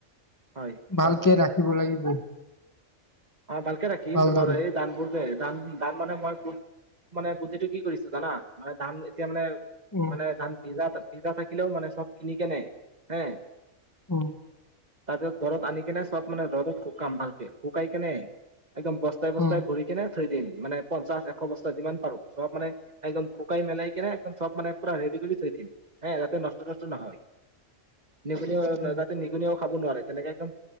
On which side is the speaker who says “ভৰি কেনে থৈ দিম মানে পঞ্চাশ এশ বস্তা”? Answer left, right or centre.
Right